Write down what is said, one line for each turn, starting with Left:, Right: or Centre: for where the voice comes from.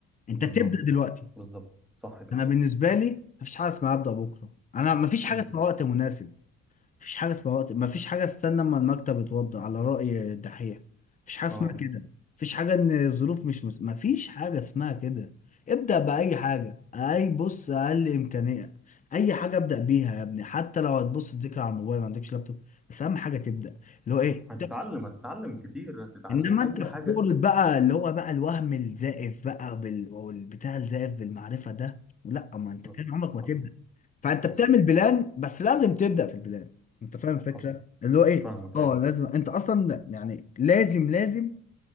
Left: انت
Centre: بالظبط
Left: تبدا دلوقتي
Centre: بالظبط صح كده
Left: انا بالنسبه لي مفيش حاجه اسمها ابدا بكره انا مفيش حاجه
Centre: مم.
Left: اسمها وقت مناسب مفيش حاجه اسمها وقت مفيش حاجه استنى اما المكتب يتوضا على راي الدحيح مفيش حاجه
Centre: اه
Left: اسمها كده مفيش حاجه ان الظروف مش مس... مفيش حاجه اسمها كده ابدا باي حاجه اي بص اقل امكانيه اي حاجه ابدا بيها يا ابني حتى لو هتبص تذاكر على الموبايل ما عندكش لابتوب بس اهم حاجه تبدا اللي هو ايه
Centre: هتتعلم هتتعلم كتير هتتعلم
Left: انما
Centre: اي
Left: انت في
Centre: حاجه
Left: بورة بقى اللي هو بقى الوهم الزائف بقى بال... والبتاع الزائف بالمعرفه ده لا ما
Centre: بالظبط
Left: انت كان عمرك
Centre: حصل
Left: ما تبدا فانت
Centre: حصل
Left: بتعمل
Centre: حصل
Left: بلان بس لازم تبدا في البلان انت فاهم الفكره
Centre: حصل
Left: اللي هو ايه
Centre: فاهمك
Left: اه
Centre: ايوه
Left: لازم انت اصلا يعني لازم لازم